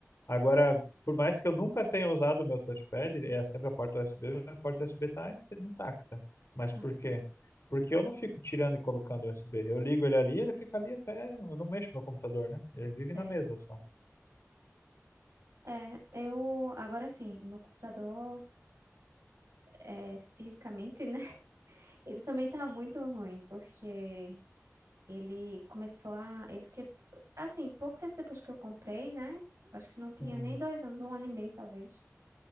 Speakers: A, on the left; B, on the right.
A: Agora, por mais que eu nunca tenha usado o meu touchpad, é sempre a porta USB, a porta USB está intacta. Mas
B: Tá,
A: por quê? Porque eu não fico tirando e colocando o USB. Eu ligo ele ali, ele fica ali até. Eu não mexo meu computador, né? Ele vive
B: sei.
A: na mesa só.
B: É, eu agora sim, meu computador é, fisicamente, né? <laughs> Ele também tá muito ruim, porque ele começou a. Ele que, assim, pouco tempo depois que eu comprei, né? Acho que não tinha
A: Hum.
B: nem dois anos, um ano e meio talvez.